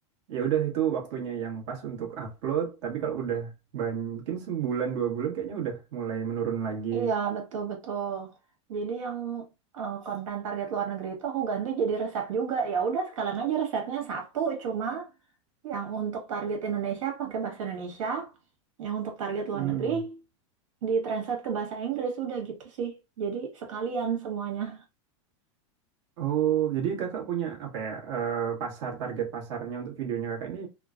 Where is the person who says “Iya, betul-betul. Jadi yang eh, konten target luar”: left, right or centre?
Right